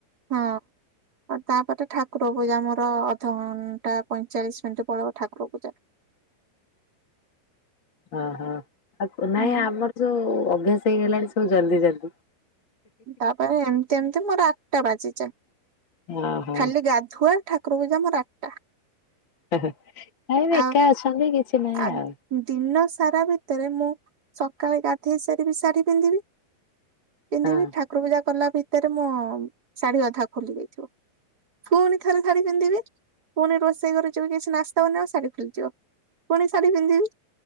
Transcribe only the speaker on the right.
ହଁ। ତାପରେ ଠାକୁର ପୂଜା ମୋର ଅଧଘଣ୍ଟା ପଇଁଚାଳିଶ ମିନିଟ ପଳେଇବ ଠାକୁର ପୂଜା
ହୁଁ
ତାପରେ ଏମିତି ଏମିତି ମୋର ଆଠଟା ବାଜିଯାଏ
ଖାଲି ଗାଧୁଆ ଠା ଠାକୁର ପୂଜା ମୋର ଆଠଟା।
ଆଉ
ଆ
ଦିନ ସାରା ଭିତରେ ମୁଁ ସକାଳେ ଗାଧେଇ ସାରିବି ଶାଢୀ ପିନ୍ଧିବି ପିନ୍ଧିବି
ଠାକୁର ପୂଜା କଲା ଭିତରେ ମୋ ଶାଢୀ ଅଧା ଖୋଲି ଯାଇଥିବ। ପୁଣି ଥରେ ଶାଢୀ ପିନ୍ଧିବି ପୁଣି ରୋଷେଇ ଘରକୁ ଯିବି କିଛି ନାସ୍ତା ବନେଇବାକୁ ଶାଢୀ ଖୋଲିଯିବ ପୁଣି ଶାଢୀ ପିନ୍ଧିବି